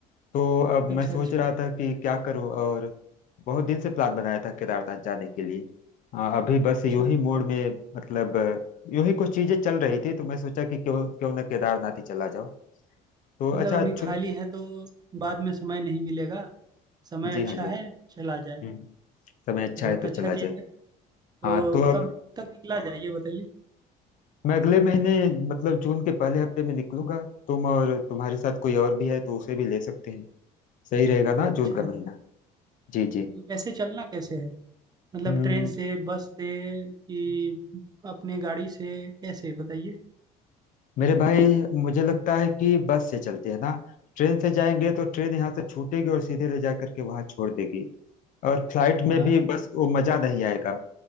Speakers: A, on the left; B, on the right.
A: तो अब
B: अच्छा
A: मैं सोच
B: अच्छा
A: रहा था कि क्या करूं और बहुत दिन से प्लान बनाया था केदारनाथ जाने के लिए हाँ अभी बस यूं
B: अच्छा
A: ही मूड में मतलब यूं ही कुछ चीजें चल रही थी तो मैं सोचा कि क्यों क्यों ना केदारनाथ ही चला जाओ तो अच्छा
B: मतलब अभी
A: छु-
B: खाली है तो बाद में समय नहीं मिलेगा समय
A: जी
B: अच्छा
A: हाँ जी
B: है
A: हाँ
B: चला जाए
A: हम्म, समय अच्छा
B: बहुत
A: है तो
B: अच्छा
A: चला
B: चीज़
A: जाए
B: है तो
A: हाँ तो अब
B: कब तक निकला जाए ये बताइए
A: मैं अगले महीने मतलब जून के पहले हफ्ते में निकलूंगा तुम और तुम्हारे साथ कोई और भी है तो उसे भी ले सकते हैं सही रहेगा ना
B: अच्छा
A: जून का महीना जी जी
B: कैसे चलना कैसे है मतलब
A: हम्म
B: ट्रेन से बस से कि अपने गाड़ी से कैसे बताइए
A: मेरे भाई मुझे लगता है कि बस से चलते हैं ना ट्रेन से जाएंगे तो ट्रेन यहाँ से छूटेगी और सीधे ले जा करके वहां छोड़ देगी और फ्लाइट
B: हाँ
A: में भी
B: ठीक
A: बस वो मजा नहीं आएगा